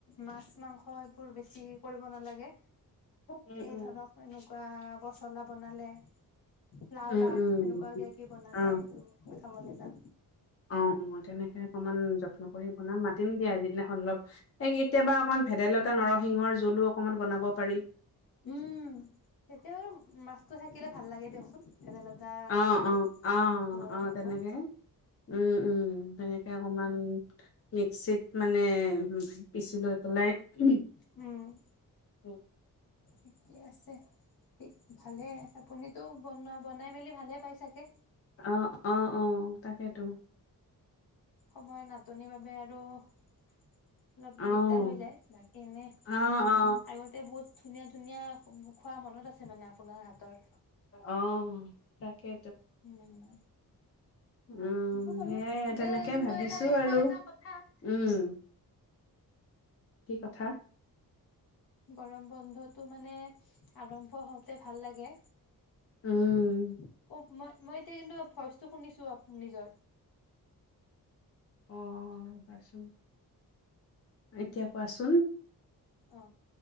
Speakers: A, on the left; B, on the left.
A: মাছ মাংস এইবোৰ বেছি কৰিব নালাগে
B: উম,
A: এই
B: উম।
A: ধৰক এনেকুৱা পচলা বনালে লাওৰাগ
B: উম, উম,
A: এনেকুৱাকে কি বনালে
B: অ',
A: এইটো খাবলৈ যাম।
B: অ অ তেনেকে অকনমান যত্ন কৰি বনাম মাতিম দিয়া যিদিনাখন অলপ কেতিয়াবা অকমান ভেদাইলতা নৰসিংহৰ জোলো অকণমান বনাব পাৰি।
A: উম তেতিয়া বাৰু মাছতটো থাকিল ভাল লাগে দিয়কচোন ভেদাইলতা
B: অ',
A: আৰু হেৰি
B: অ', অ',
A: নৰসিংহ
B: অ', তেনেকে উম উম তেনেকে অকমান মিক্সিত মানে পিচি লৈ পোনা ইগ।
A: উম।
B: উম।
A: ঠিকেই আছে ঠিক ভালে আপুনিতো বনোৱা বনাই মেলি ভালে পাই চাগে।
B: অঁ, অঁ, তাকেইেতো।
A: সময়ৰ নাটনিৰ বাবে আৰু। অলপ
B: অ',
A: দিগদাৰ হৈ যায় বাকী এনে
B: অ',
A: আগতে বহুত। ধুনীয়া ধুনীয়া খোৱা মনত আছে মানে আপোনাৰ হাতৰ।
B: অ তাকে।
A: উম।
B: উম
A: হ'ব বাৰু
B: সেইয়াই
A: দে
B: তেনেকে
A: কিন্তু
B: ভাবিছো
A: এটা কথা
B: আৰু উম। কি কথা?
A: গৰম বন্ধতটো মানে আৰম্ভ হওঁতে ভাল লাগে।
B: উম,
A: অ মই মই এতিয়া কিন্তু ভইচটো শুনিছো নিজৰ।
B: অ বাচোন। এতিয়া কোৱাচোন?
A: অ